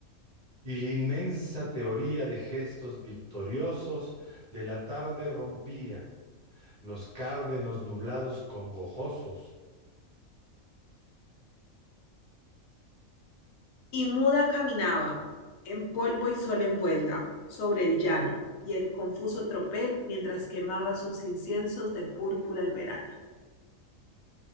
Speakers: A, on the right (about 40°); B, on the left (about 75°).
A: Y la inmensa teoría de gestos victoriosos de la tarde rompía los cárdenos nublados congojosos,
B: Y muda caminaba, en polvo y sol envuelta, sobre el llano y el confuso tropel mientras quemaba sus inciensos de púrpura el verano.